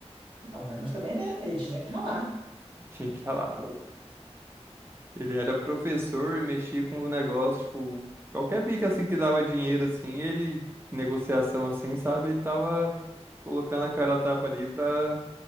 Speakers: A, on the right (about 50°); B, on the right (about 20°).
A: Não, mas também, né? Ele tinha que ralar.
B: Tinha que ralar. Ele era professor e mexia com o negócio, tipo, qualquer bico assim que dava dinheiro, assim, ele, negociação assim, sabe? Ele tava colocando a cara a tapa ali pra